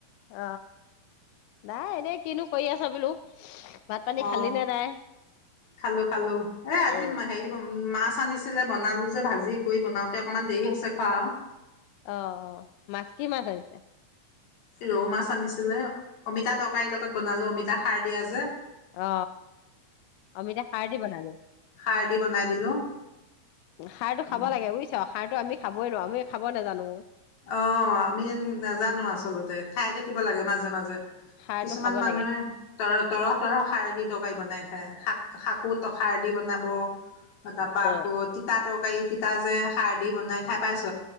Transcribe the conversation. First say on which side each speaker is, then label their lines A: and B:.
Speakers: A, on the left; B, on the left.
A: অ নাই এনেই কিনো কৰি আছ বোলো। ভাত পানী
B: অ
A: খালি নে নাই
B: খালো খালো এ
A: উম
B: আজি হেৰি মাছ আনিছিলে বনালো যে ভাজি কৰি বনাওতে অকমান দেৰি আছে খা
A: অ অ মাছ কি মাছ আহিছে?
B: ৰৌ মাছ আনিছিলে অমিতা তৰকাৰী লগত বনালো অমিতা সাৰ দিয়া যে
A: অ আমি এতিয়া সাৰ দি বনালো
B: সাৰ দি বনাই দিলো
A: খাৰটো
B: উম
A: খাব লাগে বুজিছা সাৰটো আমি খাবই নো আমি খাব নাজানো।
B: অ আমি নাজানো আচলতে খাই থাকি থাকিব লাগে মাজে মাজে।
A: সাৰটো
B: কিছুমান
A: খাব
B: মানুহে
A: লাগে
B: তৰ তৰ তৰৰ শাৰীৰিক তৰকাৰী বনাই খাই শাক শাকো খাৰ দি বনাব তাৰ পৰা
A: অ
B: আকৌ তিতা তৰকাৰী ত যে সাৰ দি বনাই খাই পাইছ?